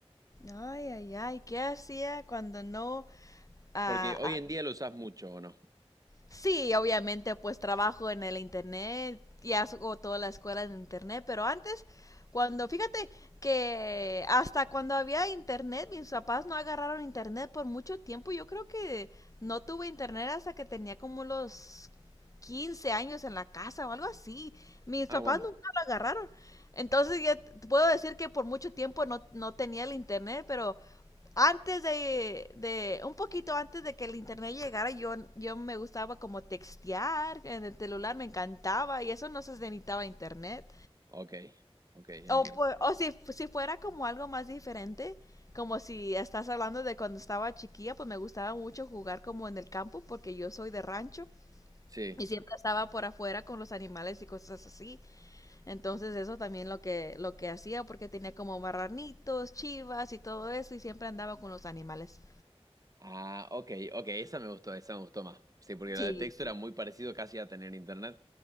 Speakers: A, on the left; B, on the right.
A: Ay, ay, ay, ¿qué hacía cuando no? ah,
B: Porque hoy
A: ah,
B: en día lo usás mucho, ¿o no?
A: Sí, obviamente, pues trabajo en el internet y hago toda la escuela en internet, pero antes, cuando, fíjate que hasta cuando había internet, mis papás no agarraron internet por mucho tiempo. Yo creo que no tuve internet hasta que tenía como los 15 años en la casa o algo así. Mis
B: Ah,
A: papás
B: bueno,
A: nunca lo agarraron. Entonces ya t- puedo decir que por mucho tiempo no, no tenía el internet, pero antes de, de, un poquito antes de que el internet llegara, yo, yo me gustaba como textear en el celular, me encantaba y eso no se necesitaba internet.
B: ok, ok, entiendo.
A: O, pu- o si, si fuera como algo más diferente, como si estás hablando de cuando estaba chiquilla, pues me gustaba mucho jugar como en el campo porque yo soy de rancho
B: Sí.
A: y siempre estaba por afuera con los animales y cosas así. Entonces eso también lo que, lo que hacía porque tenía como marranitos, chivas y todo eso y siempre andaba con los animales.
B: Ah, ok, ok, esa me gustó, esa me gustó más. Sí, porque la
A: Sí.
B: de texto era muy parecido casi a tener internet.